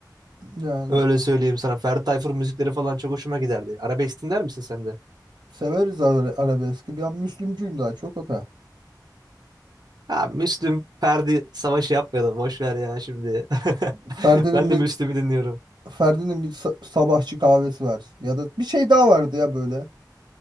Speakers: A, on the right (about 85°); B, on the right (about 65°).
A: Yani
B: Öyle söyleyeyim sana. Ferdi Tayfur müzikleri falan çok hoşuma giderdi. Arabesk dinler misin sen de?
A: severiz ara- arabeski. Ben Müslümcüyüm daha çok o da.
B: Ha, Müslüm, Ferdi savaşı yapmayalım. Boş ver ya şimdi.
A: Ferdi'nin
B: <laughs> Ben de
A: bir
B: Müslüm'ü dinliyorum.
A: Ferdi'nin bir sa- sabahçı kahvesi var. Ya da bir şey daha vardı ya böyle.